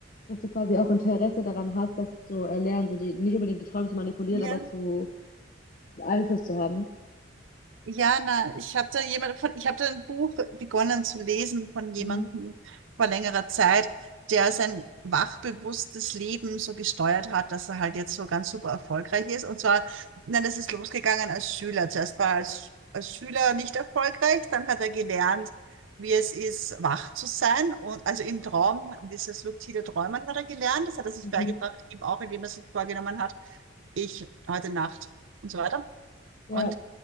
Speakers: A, on the left (about 45°); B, on the right (about 85°).
A: dass du quasi auch Interesse daran hast, das zu erlernen, so die, nicht unbedingt die Träume zu manipulieren,
B: Ja.
A: aber zu Einfluss zu haben.
B: Ja, na, ich habe da jemand von, ich habe da ein Buch begonnen zu lesen von jemandem
A: Mhm.
B: vor längerer Zeit, der sein wachbewusstes Leben so gesteuert hat, dass er halt jetzt so ganz super erfolgreich ist. Und zwar, na, das ist losgegangen als Schüler. Zuerst war er als, als Schüler nicht erfolgreich, dann hat er gelernt, wie es ist, wach zu sein. Und also im Traum, dieses luzide Träumen hat er gelernt. Das hat er sich
A: Mhm.
B: beigebracht, eben auch, indem er sich vorgenommen hat, ich heute Nacht und so weiter.
A: Ja.
B: Und